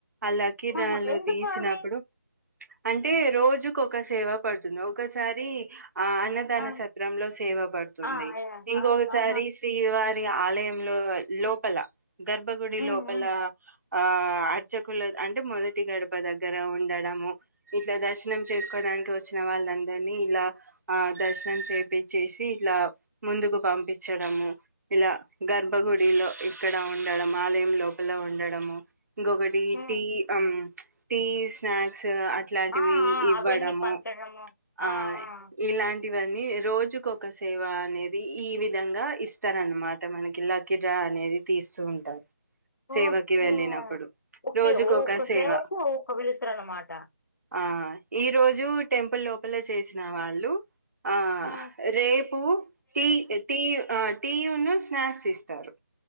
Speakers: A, on the right; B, on the left.
A: అళ్లా కిీరాలు
B: ఆహా! ఎందుకు
A: తీసినప్పుడు
B: అవి?
A: అంటే రోజుకు ఒక సేవ పడుతుంది. ఒకసారి ఆ అన్నదాన
B: ఆ!
A: సత్రంలో సేవ పడుతుంది.
B: ఆ! యాహ్!
A: ఇంకొకసారి
B: ఆ! ఆహా!
A: శ్రీవారి మరి ఆలయంలో లోపల గర్భగుడి
B: హ్మ్.
A: లో బెల్లగా
B: హ్మ్.
A: ఆ అర్చకుల అంటే మొదటి గడప దగ్గర ఉండడము. ఇట్లా దర్శనం చేసుకోడానికి వచ్చిన వాళ్ళందరినీ ఇలా ఆ దర్శనం చేప్పించేేసి ఇట్లా ముందుకు పంపించడము. ఇలా గర్భగుడిలో
B: హుహు.
A: ఇక్కడ ఉండడం ఆలయంలో అలా ఉండడము ఇంగోక్కటి
B: హ్మ్.
A: టీ అమ్ టీ స్నాక్స్ అట్లాంటివి
B: ఆ! ఆ!
A: ఇవ్వడం
B: అవన్నీ పంచడము.
A: అ
B: ఆ! ఆ!
A: ఇలాం ఇవన్నీ రోజుకు ఒక సేవ అనేది ఈ విధంగా ఇస్తారనమాట మనకి. లక్కీ డ్రా అనేది తీస్తూ ఉంటారు. సేవకి
B: ఓకే
A: వెళ్ళినప్పుడు
B: ఓకే
A: రోజుకొక
B: ఒక్క
A: సేవ
B: సేవకు ఒక్కరు పిలుత్తరు అన్మాట
A: ఆ ఈరోజు టెంపుల్ లోపల చేసిన వాళ్ళు ఆ
B: హ్మ్.
A: రేపు తీజ్ తీజ్ ఆ టీ ఉన్ను స్నాక్స్ ఇస్తారు